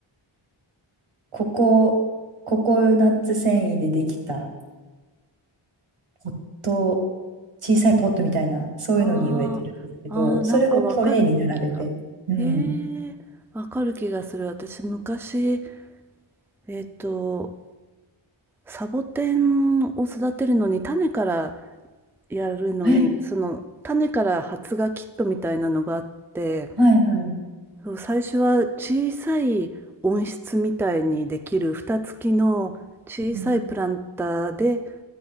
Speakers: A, on the right; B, in the centre.
A: ココココナッツ繊維でできたポット、小さいポットみたいな、そういうのに植えてるんですけど、
B: ああ。ああ、なんかわかる気が。
A: それをトレーに並べて。うん。
B: えーわかる気がする。私、昔、えっと、サボテンを育てるのに、種からやるのに、
A: え、
B: その種から発芽キットみたいなのがあって、
A: はいはい。
B: そう最初は小さい温室みたいにできる蓋付きの小さいプランターで
A: うん、